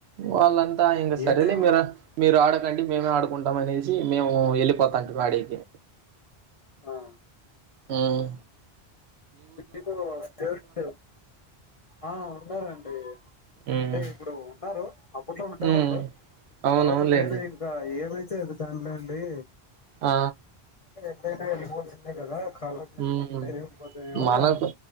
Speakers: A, on the right; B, on the left.
A: వాళ్ళంతా ఇంకా
B: ఏ
A: సరేలే
B: టైమ్
A: మీరు
B: లో
A: మీరు ఆడకండి మేమే ఆడుకుంటాం అనేసి మేము వెళ్ళిపోతాం. అంట ఆడేది
B: ఆ
A: ఉం
B: మీకు ఫేవరెట్ ఆ ఉన్నారండి.
A: మ్మ్
B: అంటే ఇప్పుడు ఉన్నారు అప్పట్లో ఉంటే
A: మ్మ్
B: వాళ్ళు
A: అవునవునులేండి
B: తర్వాత నేను ఇంకా ఏమైతే దానిలోండి
A: ఆ
B: ఎప్పుడైనా వెళపోవాల్సిందే కదాళ
A: మ్మ్
B: ఉంటాయో ఏమ
A: మనకు